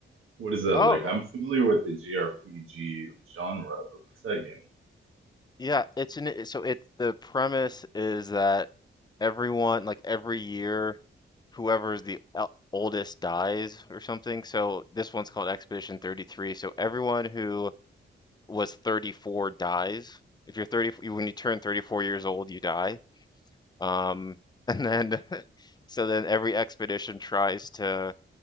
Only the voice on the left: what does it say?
Oh,
yeah. It's an so it's the premise is that everyone like every year whoever is the el- oldest dies or something. So this one's called Expedition 33. So everyone who was 34 dies. If you're 30, you- when you turn 34 years old, you die. Um, and then, <laughs> so then every expedition tries to